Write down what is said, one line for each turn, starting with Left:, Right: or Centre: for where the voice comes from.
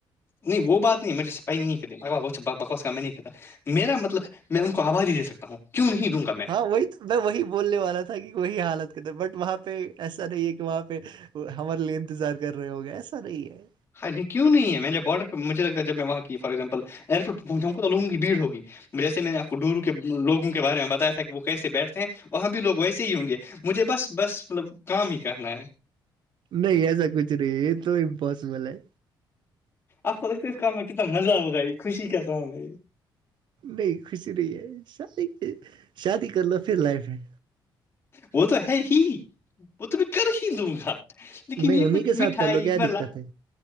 Left: نہیں وہ بات نہیں مجھے پ نہیں بکواس کا میں نہیں کہتا تھا میرا مطلب ہے میں ان کو آباداری دے سکتا ہوں کیوں نہیں دوں گا میں
Right: ہاں وہی تو میں وہی بولنے والا تھا کہ وہی حالت کےد بٹ وہاں پہ ایسا نہیں ہے کہ وہاں پہ ہمارے لیے انتظار کر رہے ہوگے ایسا نہیں ہے
Left: خال کیوں نہیں ہے میں جب بارڈر پر مجھے لگتا جب میں وہاں کی فار ایگزامپل ایئرپورٹ پہنچا تووگوں کی بھیڑ ہوگی جیے میں نے آپ کو ڈورو کے لوگ کے بارے میں بتایا سک وہ کیسے بیٹھتے ہیں وہاں بھی لوگ ویسے ہی ہوں گے مجھے بس بس مطلب کام ہی کرنا ہے
Right: نہیں ایسا کچھ رہی تو امپاسبل ہے
Left: آپ کو لگتا ہے اس کام میں کتنا مزہ ہوگا یہ خوشی کیا کام ہے یہ
Right: نہیں خوشی نہیں ہے شادی شادی کر لو پھر لائف ہے
Left: وہ تو ہے ہی وہ تو کر ہی لوں گا لیکن
Right: نہیں
Left: یہ
Right: انہیں
Left: کچھ
Right: کے ساتھ
Left: مٹھائی
Right: کر لو کیا
Left: مل
Right: دقت ہے